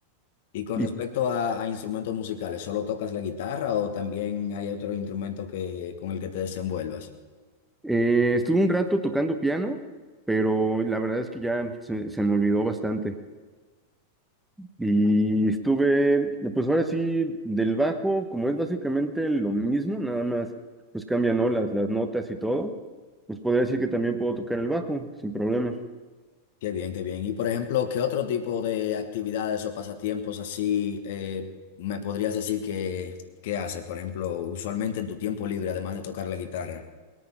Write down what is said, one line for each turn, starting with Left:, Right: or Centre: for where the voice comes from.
Left: Y con
Centre: Y
Left: respecto a, a instrumentos musicales, ¿solo tocas la guitarra o también hay otro instrumento que, con el que te desenvuelvas?
Centre: eh, estuve un rato tocando piano, pero la verdad es que ya se, se me olvidó bastante. Y estuve, pues ahora sí, del bajo, como es básicamente lo mismo, nada más, pues cambian, ¿no? las, las notas y todo, pues podría decir que también puedo tocar el bajo sin problema.
Left: Qué bien, qué bien. Y por ejemplo, ¿qué otro tipo de actividades o pasatiempos así eh, me podrías decir que, que haces? Por ejemplo, usualmente en tu tiempo libre, además de tocar la guitarra.